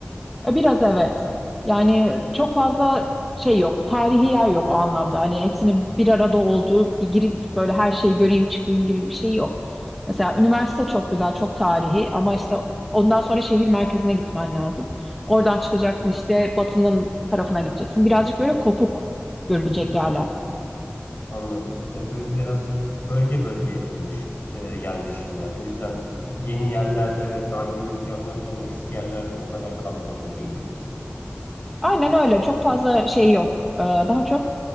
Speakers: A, in the centre; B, on the left.
A: E, Biraz evet. Yani çok fazla şey yok. Tarihi yer yok o anlamda. Hani hepsinin bir arada olduğu, bir girip böyle her şeyi göreyim çıkayım gibi bir şey yok. Mesela üniversite çok güzel, çok tarihi ama işte ondan sonra şehir merkezine gitmen lazım. Oradan çıkacaksın işte batının tarafına gideceksin. Birazcık böyle kopuk görülecek
B: Hı,
A: yerler.
B: anladım. E böyle biraz bölge bölge yapılmış e, yerleşimler. O yüzden yeni yerlerde evet daha yeni imkanlar var ama eski yerlerde o kadar kalabalık değil gibi mi?
A: Aynen öyle. Çok fazla şey yok. Ee, daha çok